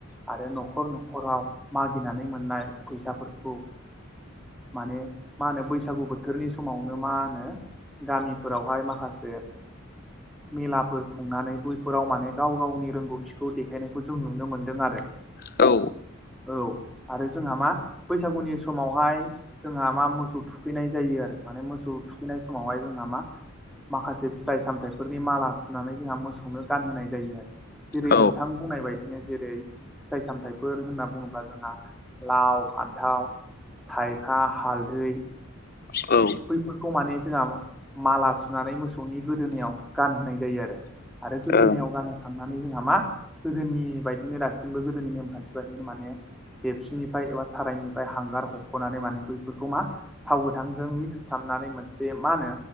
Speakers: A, in the centre; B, on the left (about 50°).
A: आरो न'खर न'खराव मागिनानै मोननाय फैसाफोरखौ माने मा होनो बैसागु बोथोरनि समावनो मा होनो गामिफोरावहाय माखासे मेलाफोर खुंनानै बैफोराव माने गाव गावनि रोंगौथिखौ देखायनायखौ जों नुनो मोन्दों आरो
B: औ
A: औ आरो जोंहा मा बैसागुनि समावहाय जोंहा मा मोसौ थुखैनाय जायो आरो माने मोसौ थुखैनाय समावहाय जोंहा मा माखासे फिथाइ सामथाइफोरनि माला सुनानै जोंहा मोसौनो गानहोनाय जायो आरो जेरै
B: औ
A: नोंथां बुंनाय बायदिनो जेरै फिथाइ सामथाइफोर होनना बुङोब्ला जोंहा लाव फान्थाव थाइखा हालदै
B: औ
A: बैफोरखौ माने जोंहा माला सुनानै मोसौनि गोदोनायाव गानहोनाय जायो आरो आरो गोदोनायाव
B: औ
A: गानो थांनानै जोंहा मा गोदोनि बायदिनो दासिमबो गोदोनि नेमखान्थि बायदिनो माने देबसिननिफ्राय एबा सारायनिफ्राय हांगार हख'नानै माने बैफोरखौ मा थाव गोथांजों मिक्स खालामनानै मोनसे मा होनो